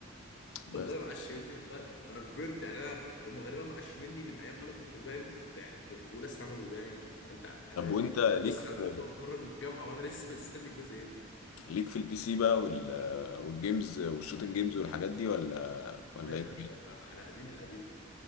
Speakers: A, on the left (about 85°); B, on the left (about 55°).
A: بس
B: والله معشمني من بعد انا كبرت يعني انا هم غالبا معشمني من ايام ما انا كنت باين في في, في اولى ثانوي باين ولا ثالثه اعدادي
A: طب وانت ليك
B: بص
A: في
B: انا دلوقتي بتخرج من الجامعه وانا لسه مستني الجزء ينزل
A: ليك في البي سي بقى وال... والجيمز والشوتنج جيمز والحاجات دي ولا ولا
B: اه يا
A: ايه
B: باشا انا على قديم القديم